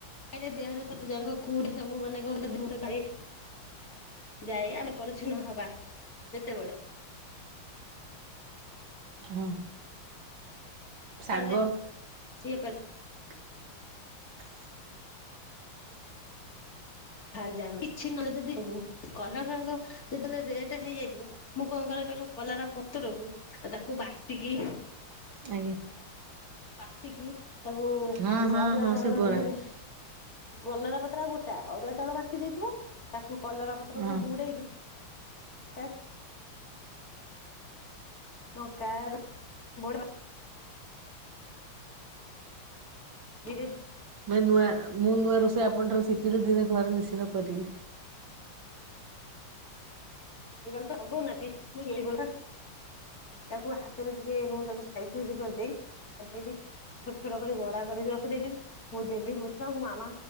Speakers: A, on the left; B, on the right.
A: ଖାଇଲେ ଦେହରେ ସବୁ ଯାକ <unintelligible> ସବୁ ମାନେ। <unintelligible> ଯାଇ ଆମେ ପରିଚ୍ଛନ୍ନ ହବା। ଯେତେବେଳେ
B: ହଁ।
A: <unintelligible>
B: ଶାଗ <inaudible>
A: ଭାରି ଯାଣ କିଛି ନହେଲେ ଯଦି ଗଲା ବେଳକ ଯେତେବେଳେ ରେଟ ହେଇଯାଇଥିବ ମୁଁ କଣ କରେ କହିଲ କଲରା ପତରକୁ ତାକୁ ବାଟିକି
B: ଆଜ୍ଞା।
A: ବାଟିକି ତାକୁ
B: ହଁ ହଁ
A: ଅରୁଆ
B: ହଁ
A: ଚାଉଳ
B: ସେ ବରା
A: ଦେହରେ କଲରା ପତ୍ର ଗୋଟା ଅରୁଆ ଚାଉଳ ବାଟି ଦେଇଥିବ ତାକୁ କଲରା ପତ୍ରକୁ
B: ହଁ।
A: ବୁଡେଇକି। <unintelligible> ନଙ୍କା ର। <unintelligible> <unintelligible>
B: ମ ନୂଆ ମୁଁ ନୂଆ ରୋଷେଇ ଆପଣ ଠାରୁ ଶିଖିଲି ଦିନେ ଘରେ ନି ଶ୍ଚିତ କରିବି।
A: <unintelligible> ହେଇଥିବ ତାକୁ ହାତରେ ଟିକେ ମୁଁ ତାକୁ ସାଇଜ୍ ଫାଇଜ୍ କରିଦିଏ। କରଦେଇକି ଛୋଟ ଛୋଟ କରି ବରା କରିକି ରଖି ଦେଇଥିବି। ମୁଁ ଦେବି ମୋ ଛୁଆଙ୍କୁ ମାମା